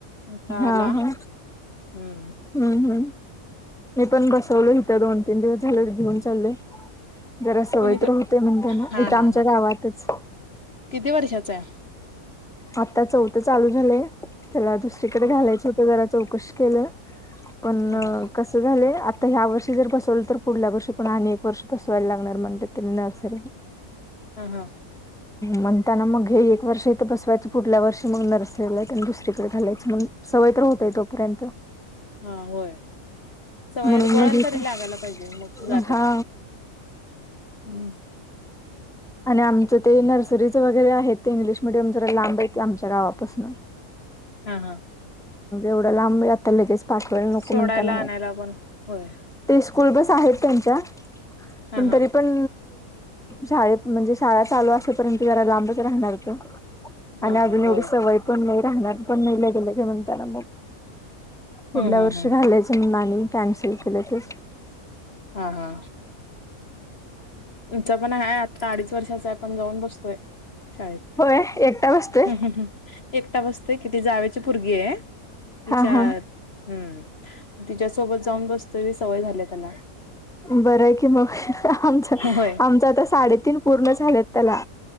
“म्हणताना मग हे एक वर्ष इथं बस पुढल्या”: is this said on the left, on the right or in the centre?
Centre